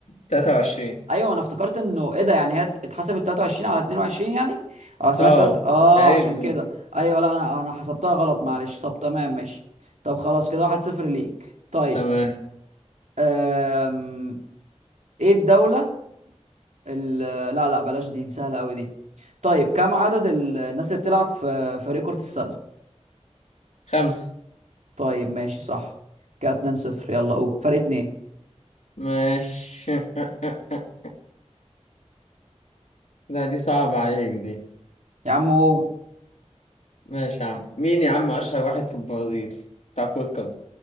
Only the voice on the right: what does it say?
ايوه انا افتكرت انه ايه ده يعني هي اتحسبت 23 على 22 يعني اه سنه
تلات اه
عشان كده ايوه لا انا انا حسبتها غلط معلش طب تمام ماشي طب خلاص كده واحد صفر ليك طيب
أم... ايه الدوله ال... لا لا بلاش دي دي سهله قوي دي طيب كم عدد ال- الناس اللي بتلعب في فريق كره السله
طيب ماشي صح كده 2 0 يلا قول فرق اتنين
يا عم قول